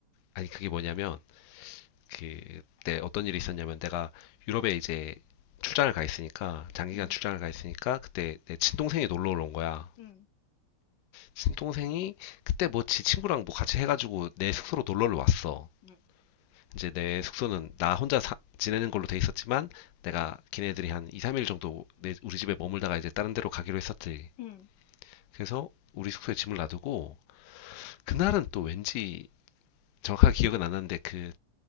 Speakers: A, on the left; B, on the left.
A: 아니 그게 뭐냐면 그때 어떤 일이 있었냐면 내가 유럽에 이제 출장을 가 있으니까 장기간
B: 응,
A: 출장을 가 있으니까 그때 내 친동생이 놀러 온 거야.
B: 응,
A: 친동생이 그때 뭐지 친구랑 뭐 같이 해가지고 내 숙소로 놀러를 왔어.
B: 응,
A: 이제 내 숙소는 나 혼자 사- 지내는 걸로 돼 있었지만 내가 걔네들이 한 2, 3일 정도 내, 우리 집에 머물다가 이제 다른 데로 가기로 했었지.
B: 응,
A: 그래서 우리 숙소에 짐을 놔두고 그날은 또 왠지 정확하게 기억은 안 나는데 그